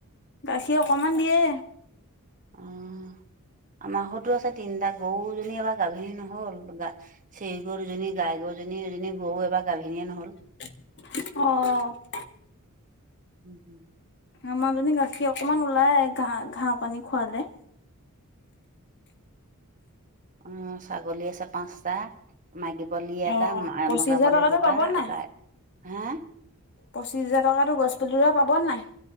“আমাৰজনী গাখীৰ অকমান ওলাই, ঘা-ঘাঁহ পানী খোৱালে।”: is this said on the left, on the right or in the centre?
Left